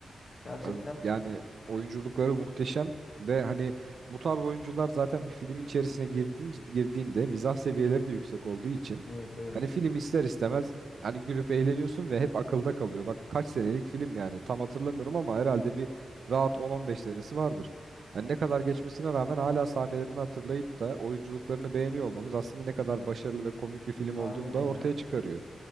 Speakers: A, on the left; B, on the right.
A: Gerçekten
B: Abi yani oyunculukları muhteşem ve hani bu tarz oyuncular zaten bir filmin içerisine girdiğin, girdiğinde mizah seviyeleri de yüksek olduğu için
A: evet evet.
B: hani film ister istemez hani gülüp eğleniyorsun ve hep akılda kalıyor. Bak kaç senelik film yani tam hatırlamıyorum ama herhalde bir rahat 10-15 senesi vardır. Hani ne kadar geçmesine rağmen hala sahnelerini hatırlayıp da oyunculuklarını beğeniyor olmamız aslında ne kadar başarılı ve komik bir film
A: Aynen
B: olduğunu da ortaya
A: ya.
B: çıkarıyor.